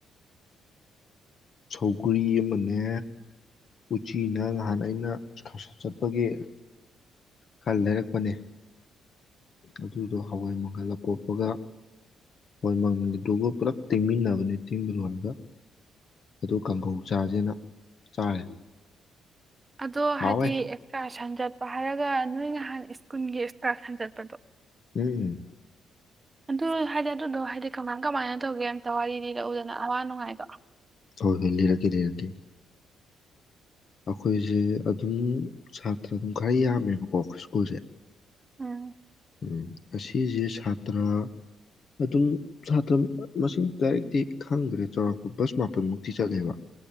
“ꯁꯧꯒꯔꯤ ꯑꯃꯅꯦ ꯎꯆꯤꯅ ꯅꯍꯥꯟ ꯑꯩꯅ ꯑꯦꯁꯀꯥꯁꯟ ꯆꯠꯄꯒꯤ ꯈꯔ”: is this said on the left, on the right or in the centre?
Left